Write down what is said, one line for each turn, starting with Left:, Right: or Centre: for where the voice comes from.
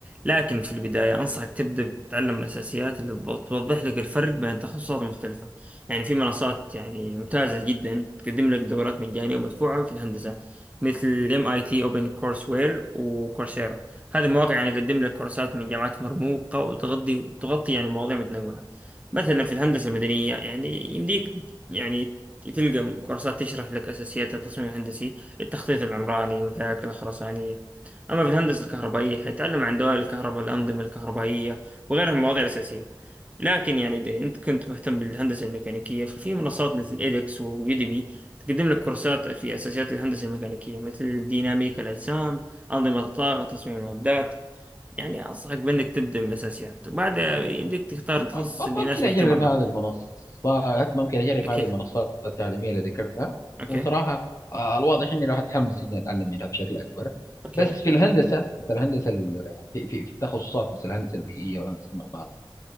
Right: لكن في البداية أنصحك تبدأ بتتعلم الأساسيات اللي تض- توضح لك الفرق بين تخصصات مختلفة يعني في منصات يعني ممتازة جدا تقدم لك دورات مجانية ومدفوعة في الهندسة مثل ام اي تي اوبن كورس وير وكورسيرا هذه المواقع يعني تقدم لك كورسات من جامعات مرموقة وتغطي تغطي يعني مواضيع متنوعة مثلا في الهندسة المدنية يعني يمديك يعني تلقى كورسات تشرح لك أساسيات التصميم الهندسي التخطيط العمراني والهياكل الخرسانية أما في الهندسة الكهربائية حيتعلم عن دوائر الكهرباء الأنظمة الكهربائية وغيرها من المواضيع الأساسية لكن يعني إذا أنت كنت مهتم بالهندسة الميكانيكية ففي منصات مثل إيدكس ويوديمي تقدم لك كورسات في أساسيات الهندسة الميكانيكية مثل ديناميكا الأجسام أنظمة الطاقة تصميم المعدات يعني أنصحك بأنك تبدأ من الأساسيات وبعدها يمديك تختار
Left: م-
Right: التخصص اللي يناسب
Left: ممكن اجرب
Right: اهتمامك
Left: هذه المنصات ممكن اجرب
Right: أوكي
Left: هذه المنصات التعليميه اللي ذكرتها
Right: أوكي
Left: وصراحه آه، الواضح اني راح اتحمس اني اتعلم منها بشكل اكبر
Right: أوكي
Left: بس في الهندسه مثل الهندسه ال- يعني في في في تخصصات مثل الهندسه البيئيه والهندسه المعماريه